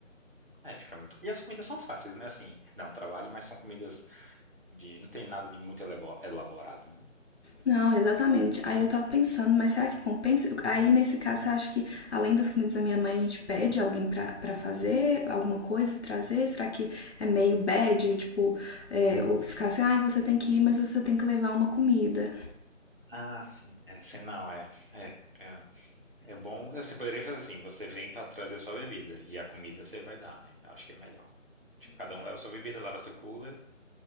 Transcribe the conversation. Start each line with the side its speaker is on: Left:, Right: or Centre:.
Right: Aí fica muito. E as comidas são fáceis, né? Assim, dá um trabalho, mas são comidas de. Não tem nada de muito elebo- elaborado, né?
Left: Não, exatamente. Aí eu tava pensando, mas será que compensa? Aí nesse caso, você acha que além das comidas da minha mãe, a gente pede alguém pra, pra fazer alguma coisa e trazer? Será que é meio bad? Tipo, é, ou ficar assim, ai, você tem que ir, mas você tem que levar uma comida.
Right: Ah, sim. É, se- não, é, é, é, é bom. é, Você poderia fazer assim: você vem para trazer sua bebida e a comida você vai dar, né? Eu acho que é melhor. Tipo, cada um leva sua bebida, leva seu cooler.